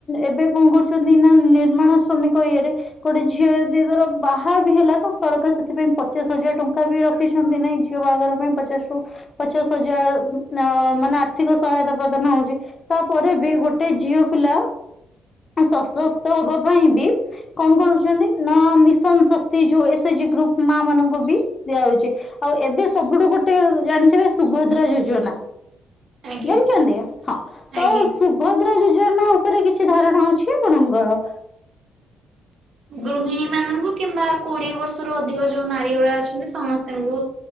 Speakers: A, on the left (about 35°); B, on the right (about 60°).
A: ଏବେ କଣ କରୁଛନ୍ତି ନା ନିର୍ମାଣ ଶ୍ରମିକ ଇଏରେ ଗୋଟେ ଝିଅ ଯଦି ତାର ବାହା ବି ହେଲା ତ ସରକାର ସେଥିପାଇଁ ପଚାଶ ହଜାର ଟଙ୍କା ବି ରଖ ରଖିଛନ୍ତି ନାଁ ଝିଅ ବାହାଘର ପାଇଁ ପଚାଶ ରୁ ପଚାଶ ହଜାର ଅ ମାନେ ଆର୍ଥିକ ସହାୟତା ପ୍ରଦାନ ହଉଛି ତାପରେ ବି ଗୋଟେ ଝିଅ ପିଲା ସଶକ୍ତ ହବା ପାଇଁ ବି କଣ କରୁଛନ୍ତି ନା ମିଶନ ଶକ୍ତି ଯୋଉ ଏସ ଏଜି ଗ୍ରୁପ ମା ମାନଙ୍କୁ ବି ଦିଆ ହଉଛି ଆଉ ଏବେ ସବୁଠୁ ଗୋଟେ ଜାଣିଥିବେ ସୁଭଦ୍ରା ଯୋଜନା
B: ଆଜ୍ଞା
A: ଜାଣିଛନ୍ତି ନା ହଁ ତ
B: ଆଜ୍ଞା
A: ସୁବ ଭଦ୍ରା ଯୋଜନା ଉପରେ କିଛି ଧାରଣା ଅଛି ଆପଣଙ୍କର
B: ଗୃହିଣୀ ମାନଙ୍କୁ କିମ୍ବା କୋଡିଏ ବର୍ଷରୁ ଅଧିକ ଯୋଉ ନାରୀଗୁଡା ଅଛନ୍ତି ସମସ୍ତଙ୍କୁ